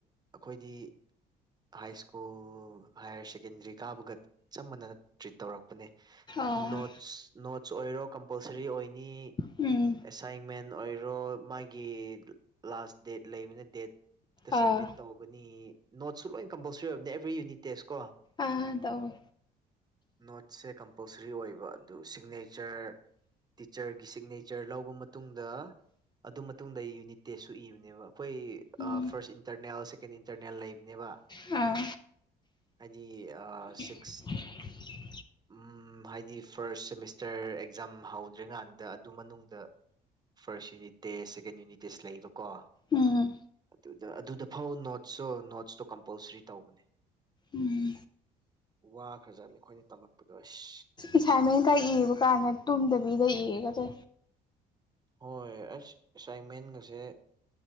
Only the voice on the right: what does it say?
ꯑꯈꯣꯏꯗꯤ ꯍꯥꯏ ꯁ꯭ꯀꯨꯜ ꯍꯥꯌꯔ ꯁꯦꯀꯦꯟꯗꯔꯤ ꯀꯥꯕꯒ ꯆꯞ ꯃꯥꯟꯅꯅ ꯇ꯭ꯔꯤꯠ ꯇꯧꯔꯛ ꯄꯅꯦ
ꯅꯣꯠꯁ ꯅꯣꯠꯁ ꯑꯣꯏꯔꯣ ꯀꯝꯄꯜꯁꯔꯤ ꯑꯣꯏꯅꯤ꯫
ꯑꯦꯁꯥꯏꯟꯃꯦꯟ ꯑꯣꯏꯔꯣ ꯃꯥꯒꯤ ꯂꯥꯁ ꯗꯦꯠ ꯂꯩꯕꯅꯤ ꯗꯦꯠ꯫
ꯁꯃꯤꯠ ꯇꯧꯒꯅꯤ ꯅꯣꯠꯁꯨ ꯂꯣꯏ ꯀꯝꯄꯜꯁ꯭ꯔꯤ ꯑꯣꯏꯕꯅꯦ ꯑꯦꯕ꯭ꯔꯤ ꯌꯨꯅꯤꯠ ꯇꯦꯁ ꯀꯣ꯫
ꯅꯣꯠꯁꯦ ꯀꯝꯄꯜꯁ꯭ꯔꯤ ꯑꯣꯏꯕ ꯑꯗꯨ ꯁꯤꯒꯅꯦꯆꯔ ꯇꯤꯆꯔꯒꯤ ꯁꯤꯒꯅꯦꯆꯔ ꯂꯧꯕ ꯇꯨꯡꯗ ꯑꯗꯨ ꯃꯇꯨꯡꯗ ꯌꯨꯅꯤꯠ ꯇꯦꯁꯁꯨ ꯏꯕꯅꯦꯕ ꯑꯩꯈꯣꯏ
ꯐꯥꯔꯁ ꯑ ꯏꯟꯇꯔꯅꯦꯜ ꯁꯤꯛ ꯀꯦꯟ ꯏꯟꯇꯔꯅꯦꯜ ꯂꯩꯕꯅꯦꯕ
ꯍꯥꯏꯗꯤ ꯑ ꯁꯤꯛ
ꯎꯝ ꯎꯝ ꯍꯥꯏꯗꯤ ꯐꯥꯔꯁ ꯁꯦꯃꯤꯁꯇꯔ ꯑꯦꯛꯖꯥꯝ ꯍꯧꯗ꯭ꯔꯤꯀꯥꯟꯗ ꯑꯗꯨ ꯃꯅꯨꯡꯗ first unit test second unit test ꯂꯩꯕꯀꯣ
ꯑꯗꯨꯗ ꯑꯗꯨꯗ ꯐꯥꯎ ꯅꯣꯠꯁꯁꯨ ꯅꯣꯠꯁꯇꯣ ꯀꯝꯄꯜꯁ꯭ꯔꯤ ꯇꯧꯕꯅꯦ
ꯋꯥꯈ꯭ꯔꯖꯥꯠꯅꯤ ꯈꯣꯏꯅ ꯇꯝꯃꯛꯄꯗꯣ ꯑꯁ
ꯍꯣꯏ ꯑꯩꯁ ꯑꯦꯁꯥꯏꯟꯃꯦꯟꯒꯁꯦ